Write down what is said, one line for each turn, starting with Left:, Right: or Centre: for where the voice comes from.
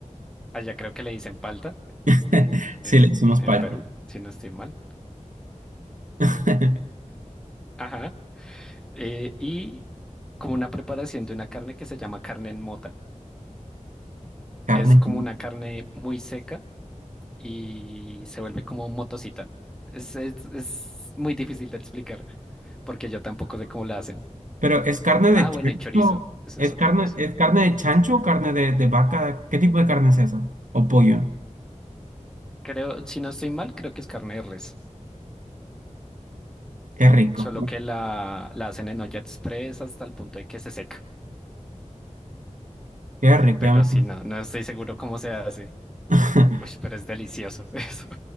Centre: allá creo que le dicen palta
Right: <laughs> Sí,
Centre: en,
Right: le hicimos
Centre: en
Right: paisa.
Centre: Perú, si no estoy mal.
Right: <laughs>
Centre: Ajá. Eh, y como una preparación de una carne que se llama carne en mota.
Right: Carne.
Centre: Es como una carne muy seca y se vuelve como motocita. Es, es, es muy difícil de explicar porque yo tampoco sé cómo la hacen.
Right: Pero ¿es carne de
Centre: Ah, bueno,
Right: chancho?
Centre: y chorizo, eso
Right: ¿Es
Centre: es otra
Right: carne,
Centre: cosa.
Right: es carne de chancho o carne de, de vaca? ¿Qué tipo de carne es esa? ¿O pollo?
Centre: Creo, si no estoy mal, creo que es carne de res,
Right: Qué rico.
Centre: solo que la, la hacen en olla express hasta el punto de que se seca.
Right: Qué rico.
Centre: Pero
Right: ya me-
Centre: si no, no estoy seguro cómo se hace.
Right: <laughs>
Centre: Uy, pero es delicioso <laughs> eso.